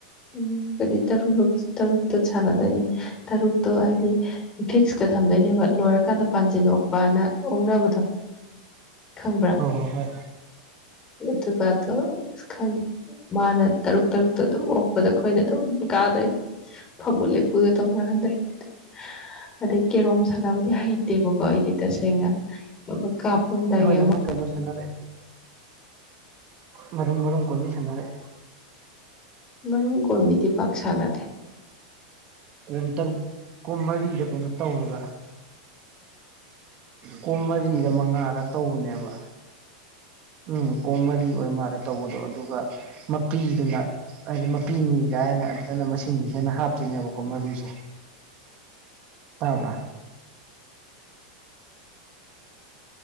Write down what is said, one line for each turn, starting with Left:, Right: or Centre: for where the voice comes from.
Left: ꯎꯝ ꯍꯥꯏꯗꯤ ꯇꯔ ꯂ ꯇꯔꯛꯇꯣ ꯆꯗꯦꯅꯦ ꯇꯔ ꯎꯛꯇꯣ ꯍꯥꯏꯗꯤ ꯐꯤꯛꯁꯀ ꯊꯝꯗꯣꯏꯅꯦꯕ ꯂꯣꯏꯔꯀꯥꯟꯗ ꯄꯥꯟꯁꯤꯟ ꯑꯣꯛꯄꯅ ꯑꯣꯛꯅꯕꯗꯣ ꯈꯝꯕ
Right: ꯍꯣꯏ ꯍꯣꯏ ꯍꯣꯏ
Left: ꯑꯗꯨꯒꯗꯣ ꯑ ꯈ ꯃꯥꯅ ꯇꯔꯨꯛ ꯇꯔꯨꯛꯇ ꯑꯗꯨꯝ ꯑꯣꯛ ꯑꯗꯣ ꯑꯩꯈꯣꯏꯅ ꯑꯗꯨꯝ ꯀꯥꯗꯣꯏꯩ ꯐꯝꯃꯨꯠ ꯂꯦꯞꯄꯨꯒ ꯇꯧꯅꯍꯟꯗꯣꯏꯅꯦ ꯑꯗꯩ ꯀꯦꯔꯣꯝ ꯁꯥꯟꯅꯕꯗꯤ ꯍꯩꯇꯦꯕꯀꯣ ꯑꯩꯗꯤ ꯇꯁꯦꯡꯅ ꯀꯥꯞꯄꯝꯗꯥꯏꯒꯤ
Right: ꯍꯣꯏ ꯅ
Left: ꯑꯃ
Right: ꯑꯃꯨꯛ ꯀꯩꯅꯣ ꯁꯥꯟꯅꯔꯑꯦ ꯃꯔꯨꯝ ꯃꯔꯨꯝ ꯀꯣꯕꯤ ꯁꯥꯟꯅꯔꯛꯑꯦ
Left: ꯃꯔꯝ ꯀꯣꯃꯤꯗꯤ ꯄꯥꯛꯁꯔꯗꯦ
Right: ꯀꯟ ꯇꯔꯨꯛ ꯀꯨꯟ ꯃꯔꯤꯗ ꯀꯩꯅꯣ ꯇꯧꯔꯒ ꯀꯣ ꯃꯔꯤꯗ ꯃꯉꯥꯗ ꯇꯧꯕꯅꯦꯕ ꯎꯝ ꯀꯣꯃꯂꯤ ꯑꯣꯏ ꯃꯥꯜꯂꯦ ꯇꯧꯕꯗꯣ ꯑꯗꯨꯒ ꯃꯄꯤꯗꯨꯅ ꯍꯥꯏꯗꯤ ꯃꯄꯤꯅꯤ ꯀꯥꯏꯅ ꯑꯗꯨꯗꯅ ꯃꯁꯤꯡꯁꯤ ꯍꯦꯟꯅ ꯍꯥꯞꯇꯣꯏꯅꯦꯕ ꯀꯃꯔꯅꯤꯁꯣ ꯇꯥꯕ꯭ꯔꯥ